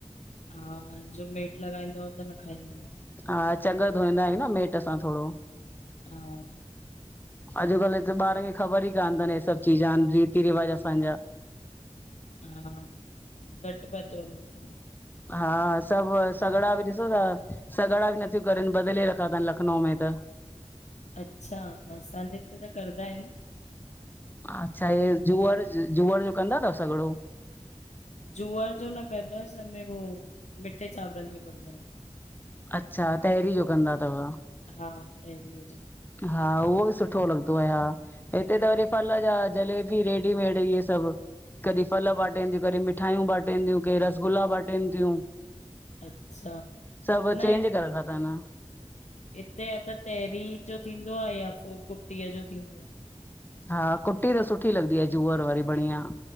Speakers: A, on the left (about 80°); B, on the left (about 15°).
A: हा जो मेट लॻाईंदो आ त न खाईंदो आ।
B: हा चॻ धोईंदा आहियूं न मेट सां थोड़ो।
A: हा।
B: अॼुकल्ह त ॿारनि खे ख़बर ई कान अथनि हे सभ चीज रीति रिवाज असांजा।
A: हा, घट पतो हूदो थन।
B: हा सब सॻड़ा बि ॾिसो था सॻड़ा बि नथियूं करनि, बदिले रखा थनि लखनऊ में त।
A: अच्छा! न असांजे हिते त करदा आहिन।
B: अच्छा इअ जूअ-र जूअर जो कंदा अथव सॻड़ो?
A: जूअर जो न कंदा आयूं, असां में उहो मिठे चांवरन जो कंदा आहिन।
B: अच्छा, ताहिरी जो कंदा थव।
A: हा ताहिरीय जो।
B: हा उहो बि सुठो लॻदो आ, हिते त वरी फल जा जलेबी रेडीमेड इहे सभु, कॾहिं फल बाटंदियूं। कढी मिठायूं बाटनि थियूं, के रसगुला बाटनि थियूं।
A: अच्छा
B: सब
A: न
B: चेंज करे रखो थन।
A: हिते या त ताहिरी जो थींदो आ या पो कुटीअ जो थींदो आ।
B: हा कुट्टी त सुठी लॻंदी आ जूअर वारी बढिया।